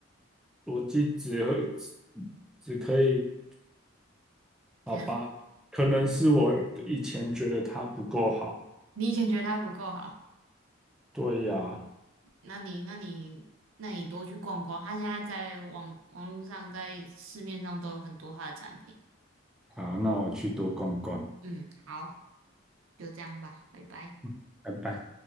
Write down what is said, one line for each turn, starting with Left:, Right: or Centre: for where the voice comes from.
Centre: 逻辑只会只只可以，好吧？
Right: 怎样
Centre: 可能是我以前觉得它不够好。
Right: 你以前觉得它不够好，
Centre: 对呀，
Right: 那你那你那你多去逛逛，它现在在网网络上在市面上都有很多它的产品。
Centre: 好，那我去多逛逛。
Right: 嗯，好，就这样吧，拜拜。
Centre: 嗯，拜拜。